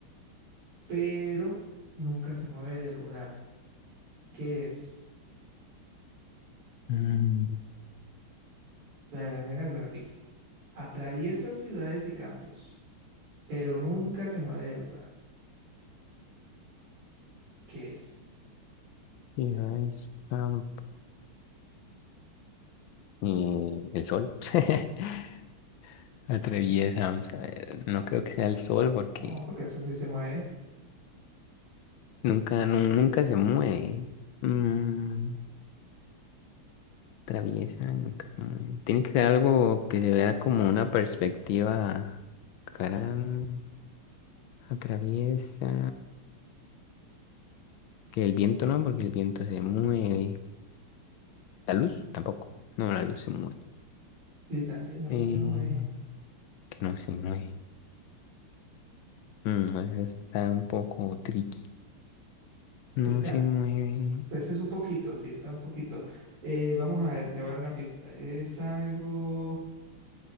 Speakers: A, on the right (about 85°); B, on the left (about 70°).
A: Pero nunca se mueve de lugar. ¿Qué es?
B: Mm,
A: Ve- Venga, la repito. Atraviesa ciudades y campos, pero nunca se mueve de lugar. ¿Qué es?
B: y ahí está. Y el sol. <laughs> Atraviesa, vamos a ver. No creo que sea el sol porque
A: No, porque el sol sí se mueve.
B: nunca, nu- nunca se mueve. Mm, Traviesa. y nunca- mm, Tiene que ser algo que se vea como una perspectiva gran, atraviesa. Que el viento no, porque el viento se mueve. La luz tampoco. No, la luz se mueve.
A: Sí, también la luz
B: Eh,
A: se mueve.
B: que no se mueve. Mm, esa está un poco tricky. No
A: Está,
B: se mueve.
A: pues es un poquito, sí, está un poquito. Eh, vamos a ver, le voy a dar una pista. Es algo,